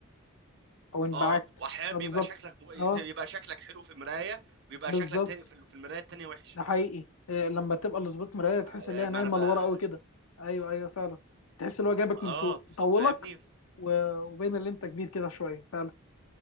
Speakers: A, on the left; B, on the right.
A: او انبعكت
B: اه واحيانا بيبقى
A: اه بالظبط
B: شكلك م...
A: اه
B: يبقى شكلك حلو في مراية ويبقى
A: بالظبط
B: شكلك تاني في في المراية التانية وحش
A: ده حقيقي إيه لما تبقى لظبط مراية
B: ما...
A: تحس ان هي نايمة
B: ما انا بقى
A: لورا قوي كده ايوه ايوه فعلا تحس ان هو جايبك
B: اه
A: من فوق طولك
B: فاهمني
A: و- وبين اللي انت كبير كده شوية فعلا